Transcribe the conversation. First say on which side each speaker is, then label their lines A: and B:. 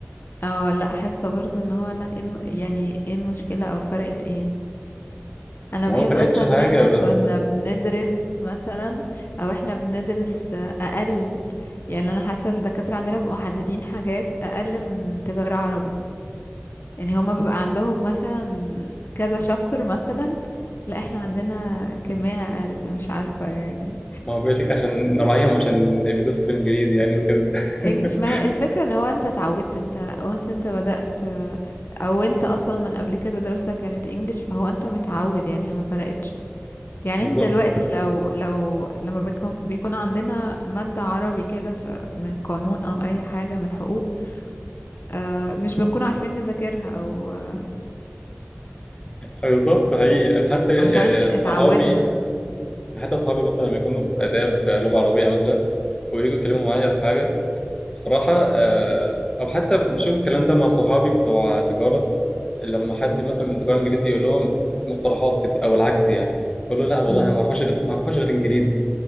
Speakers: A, on the left (about 60°); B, on the left (about 20°).
A: اه لا حاسه برضو ان هو لا ايه الم... يعني ايه المشكله او فرقت ايه انا
B: ما
A: بحس
B: هو ما فرقتش
A: اصلا
B: حاجه
A: ان احنا
B: بس
A: كنا بندرس مثلا او احنا بندرس اقل يعني انا حاسه الدكاتره عندنا بيبقوا محددين حاجات اقل من تجاره عربي يعني هما بيبقى عندهم مثلا كذا شابتر مثلا لا احنا عندنا كمية اقل مش عارفه يعني
B: ما هو بيقول لك عشان نراعيهم عشان بيدرسوا في الانجليزي يعني وكده <laughs>
A: انجلش ما هي الفكرة ان هو انت اتعودت انت once انت بدأت آه، او انت اصلا من قبل كده دراستك كانت انجلش فهو انت متعود يعني هي ما فرقتش يعني
B: بالظبط
A: انت دلوقتي لو لو لما بيكون, بيكون عندنا مادة عربي كده ف- من قانون او اي حاجة من حقوق آه، مش بنكون عارفين نذاكرها او آه،
B: بالظبط حقيقي انا حتى يعني
A: عشان اتعودنا
B: صحابي أنا حتى صحابي مثلا لما يكونوا في اداب لغه عربيه مثلا ويجوا يتكلموا معايا في حاجه بصراحه آه، او حتى بشوف الكلام ده مع صحابي بتوع تجاره لما حد مثلا من تجاره انجليزي يقول لهم مصطلحات كده او العكس يعني يقول له لا والله
A: مم.
B: أنا ما اعرفهاش غير ما اعرفهاش غير انجليزي